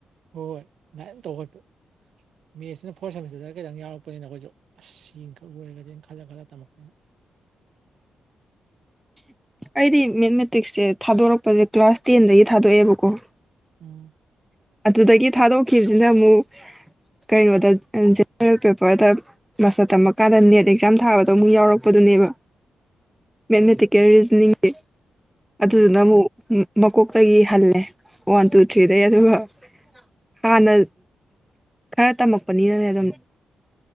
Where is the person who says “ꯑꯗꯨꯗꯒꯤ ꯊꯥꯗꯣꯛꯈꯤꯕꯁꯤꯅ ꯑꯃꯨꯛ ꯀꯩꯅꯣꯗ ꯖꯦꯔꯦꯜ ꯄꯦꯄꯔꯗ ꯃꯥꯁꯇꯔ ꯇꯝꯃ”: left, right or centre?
Centre